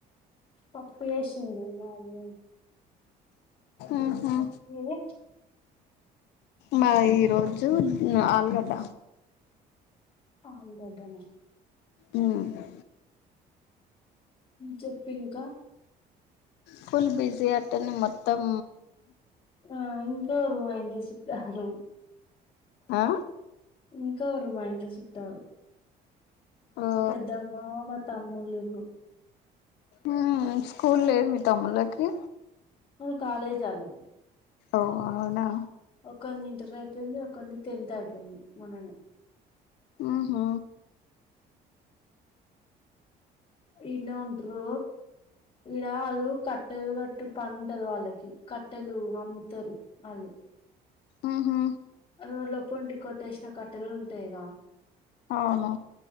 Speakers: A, on the left; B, on the left.
A: పప్పులు ఏసింది నాలని
B: ఊహు
A: మీది
B: మా ఈరోజు ఆలుగడ్డ
A: ఆలుగడ్డన
B: ఉ హు
A: చెప్పు ఇంకా
B: ఫుల్ బిజీ అతను మొత్తం
A: ఆ ఉంటుండ్రు మా ఇంట్లో చుట్టాలు
B: ఆ
A: ఉంటుండ్రు మా ఇంట్లో చుట్టాలు
B: ఓ
A: మా పెద్దమ్మ మా తమ్ముళ్లు
B: ఉ స్కూల్ లేదు మీ తమ్ముళ్ళకి
A: వాళ్లు కాలేజీ వాళ్ళు
B: ఓ అవునా
A: ఒకంది ఇంటర్ అయిపోయింది ఒకంది టెన్త్ అయిపోయింది మొన్ననే
B: ఉ హు
A: ఈన్నే ఉండ్రు ఇడ వాళ్ళు కట్టెలు కట్టే పనుంటది వాళ్ళకి కట్టెలు అమ్ముతుండ్రు వాళ్ళు
B: ఉ హు
A: రోడ్ల పొంట కొట్టేసిన కట్టెలు ఉంటాయి కదా
B: అవును